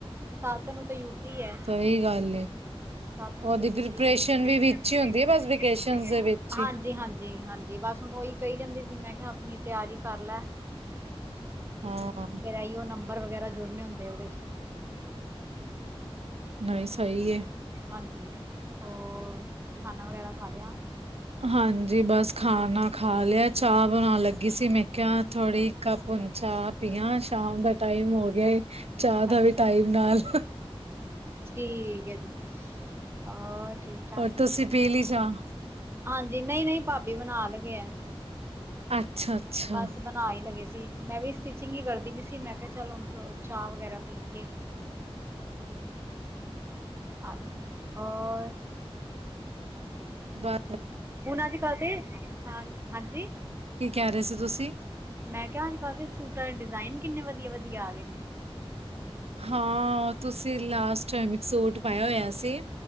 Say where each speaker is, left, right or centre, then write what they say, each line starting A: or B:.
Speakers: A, on the right (about 25°); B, on the right (about 75°).
A: ਸੱਤ ਨੂੰ ਤੇ ਯੂਟੀ ਐ।
B: ਇਹੀ ਗੱਲ ਏ।
A: ਸਤ ਨੂੰ
B: ਉਹਦੀ
A: ਤੇ ਯੂਟੀ
B: ਪ੍ਰੀਪਰੇਸ਼ਨ
A: ਹੈ, <unintelligible>
B: ਵੀ ਵਿੱਚ ਹੀ ਹੁੰਦੀ ਹੈ ਬਸ ਵੇਕੇਸ਼ਨ ਦੇ ਵਿੱਚ
A: ਹਾਂਜੀ-
B: ਹੀ
A: ਹਾਂਜੀ- ਹਾਂਜੀ ਜੀ ਬਸ ਹੁਣ ਉਹੀ ਕਹੀ ਜਾਂਦੀ ਸੀ ਮੈਂ ਕੀ ਆਪਣੀ ਤਿਆਰੀ ਕਰ ਲੈ।
B: ਹਾਂ।
A: ਫਿਰ ਇਹੋ ਨੰਬਰ ਵਗੈਰਾ ਜੁੜਨੇ ਹੁੰਦੇ ਆ ਉਹਦੇ ਚ।
B: ਨਹੀਂ ਸਹੀ ਏ।
A: ਹਾਂਜੀ, ਹੋਰ ਖਾਣਾ ਵਗੈਰਾ ਖਾ ਲਿਆ।
B: ਹਾਂਜੀ, ਬਸ ਖਾਣਾ ਖਾ ਲਿਆ ਚਾਹ ਬਣਾਉਣ ਲੱਗੀ ਸੀ ਮੈਂ ਕਿਹਾ ਥੋੜ੍ਹੀ ਕਪ ਹੁਣ ਚਾਹ ਪੀਆ ਸ਼ਾਮ ਦਾ ਟਾਈਮ ਹੋ ਗਿਆ ਚਾਹ ਦਾ
A: ਅੱਛਾ
B: ਵੀ ਟਾਈਮ ਨਾਲ
A: ਠੀਕ ਹੈ ਜੀ। ਹੋਰ ਠੀਕ-ਠਾਕ
B: ਔਰ ਤੁਸੀਂ ਪੀ ਲਈ ਚਾਹ?
A: ਹਾਂਜੀ, ਨਹੀਂ-ਨਹੀਂ ਭਾਬੀ ਬਨਾਣ ਲੱਗੇ ਆ।
B: ਅੱਛਾ-ਅੱਛਾ,
A: ਬਸ ਬਣਾਈ ਲੱਗੇ ਸੀ। ਮੈਂ ਵੀ ਸਟਿਚਿੰਗ ਹੀ ਕਰਦੀ ਪਈ ਸੀ ਮੈਂ ਕਿਹਾ, ਚੱਲੋ ਹੁਣ ਚ ਚਾਹ ਵਗੈਰਾ ਪੀ ਲਈਏ। ਹਾਂਜੀ, ਹੋਰ।
B: ਬਾ
A: ਹੁਣ ਅੱਜ-ਕੱਲ ਤੇ ਹਾਂ ਹਾਂਜੀ।
B: ਕੀ ਕਹਿ ਰਹੇ ਸੀ ਤੁਸੀਂ?
A: ਮੈਂ ਕਿਹਾ ਅੱਜ ਕੱਲ੍ਹ ਦੇ ਸੂਟਾਂ ਦੇ ਡਿਜ਼ਾਇਨ ਕਿੰਨੇ ਵਧੀਆ ਵਧੀਆ ਆ ਗਏ ਨੇ
B: ਹਾਂ ਤੁਸੀਂ ਲਾਸਟ ਟਾਈਮ ਇੱਕ ਸੂਟ ਪਾਇਆ ਹੋਇਆ ਸੀ